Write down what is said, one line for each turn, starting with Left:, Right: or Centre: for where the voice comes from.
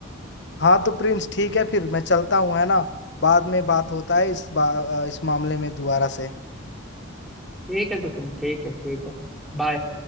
Left: हाँ तो प्रिंस ठीक है फिर मैं चलता हूँ है ना बाद में बात होता है इस बा, इस मामले में दोबारा से
Centre: ठीक है तो तुम ठीक है ठीक है बाय